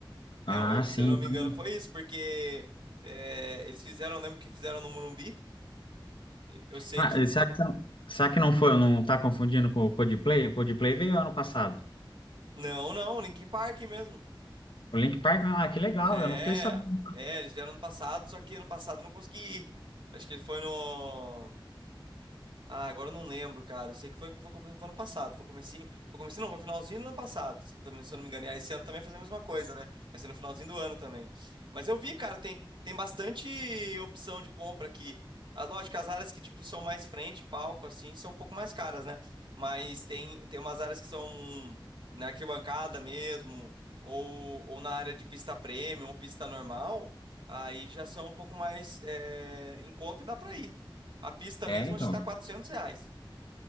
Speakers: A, on the right (about 65°); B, on the left (about 70°).
A: É,
B: Ah,
A: eu- eu-
B: sim.
A: se eu não
B: então-
A: me engano, foi isso, porque é, eles fizeram, eu lembro que fizeram no Morumbi. Eu sei
B: Ah,
A: que.
B: e será que, você não- será que não foi, não tá confundindo com o Coldplay? O Coldplay veio ano passado.
A: Não, não, Linkin Park mesmo.
B: O Link Park, ah, que legal,
A: É,
B: eu não fiquei sabendo.
A: é, eles vieram ano passado, só que ano passado eu não consegui ir. Acho que ele foi no. Ah, agora eu não lembro, cara. Eu sei que foi, foi, come- foi ano passado. Foi comecinho. Foi comecinho, não, foi finalzinho do ano passado. Se, eu também- se eu não me enganar, esse ano também vai fazer a mesma coisa, né? Vai ser no finalzinho do ano também. Mas eu vi, cara, tem, tem bastante opção de compra aqui. As lógicas, as áreas que, tipo, são mais frente, palco, assim, são um pouco mais caras, né? Mas tem, tem umas áreas que são na arquibancada mesmo, ou, ou na área de pista premium ou pista normal. Aí já são um pouco mais eh, em conta e dá pra ir. A pista
B: É,
A: mesmo
B: então.
A: acho que tá 400 reais.